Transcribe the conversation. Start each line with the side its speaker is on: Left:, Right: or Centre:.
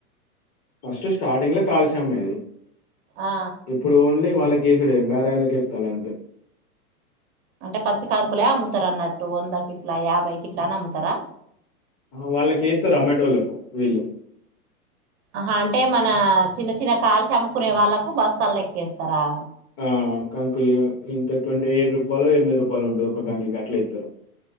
Left: ఫస్ట్ స్టార్టింగ్ లో కాల్సమ్మది
Right: ఆ
Left: ఇప్పుడు ఓన్లీ వాళ్ళకి కేసుడే బేార ఎళ్లా కేస్తాల అంతే
Right: అంటే పచ్చ కాంకులే అమ్ముతారు అన్నట్టు వందకిిట్లా యాభైకిిట్లాని అమ్ముతారా
Left: ఆ వాళ్ళకిస్త రొమాటోపు వీళ్ళు
Right: ఆా అంటే మన చిన్న చిన్న కాలు చమ్ముకునే వాళ్ళకు బస్తాలు ఎక్కేస్తారా
Left: ఆ కంకులు ఇంతవంటే ఏడు రూపాయలు ఎనిమిది రూపాయలు ఉంట ఒక కంకుకి అట్లా ఇతారు